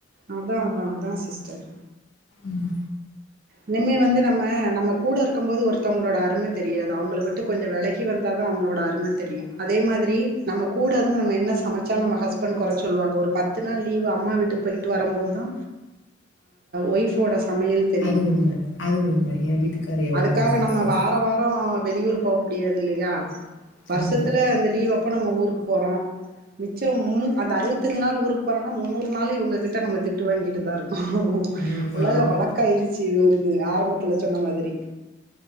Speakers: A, on the right; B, on the left.
A: அதா அதா அதா சிஸ்டர்
B: ம்
A: இனிமே வந்து நம்ம நம்ம கூட இருக் இருக்கும்போது ஒருத்தவங்களோட அரும தெரியாது அவுங்கள விட்டு கொஞ்சோ வெலகி வந்தா தா அவுங்களோட அரும தெரியு அதே மாதிரி நம்ம கூட இருந்து நம்ம என்ன சமச்சாலு நம்ம ஹஸ்பண்ட் கொற சொல்லுவாங்க ஒரு பத்து நாள் லீவு அம்மா வீட்டுக்கு போய் ட்டு வரும்போது தா ஒய்ஃபோட சமையல் தெரியு
B: அது உண்ம. அது உண்மை ஏ வீட்டுக்கார் எவ்ளளோ
A: அதுக்காக
B: உணர்ந்துருக்காரு
A: நம்ம வார வெளியூர் போக முடியாது இல்லியா வருஷத்துல
B: ஆமா.
A: இந்த லீவ் அப்ப நம்ம ஊருக்கு போறோ மிச்சோ முன்ன அந்த அறுவத் த்தஞ்சு நாள் ஊருக்கு போறோனா முன்னூறு நாள் இவங்ககிட்ட நம்ம திட்டு வாங்கிட்டு தா இருக்கோ
B: ம்
A: உலக
B: ஆமா.
A: வழ க்காயிருச்சு இது வந்து ஆரம்பத்துல சொன்ன மாதிரி